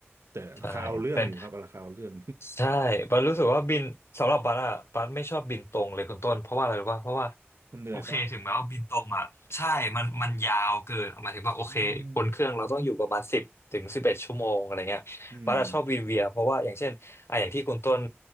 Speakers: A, on the right; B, on the left.
A: แต่ราคาเอาเรื่องอยู่ครับราคาเอาเรื่อง
B: ใช่เป็นใช่บันรู้สึกว่าบินสำหรับบันอะบันไม่ชอบบินตรงเลยคุณต้นเพราะว่าอะไรรู้ป่ะเพราะว่า
A: <laughs> มันเหนื่อยปะ
B: โอเคถึงแม้ว่าบินตรงอ่ะใช่มันมันยาวเกินหมายถึงว่าโอเคบนเครื่องเราต้องอยู่ประมาณสิบถึงสิบเอ็ดชั่วโมงอะไรเงี้ย
A: อืมอืม
B: บาร์ดชอบวินเวียเพราะว่าอย่างเช่นอ่ะอย่างที่คุณต้น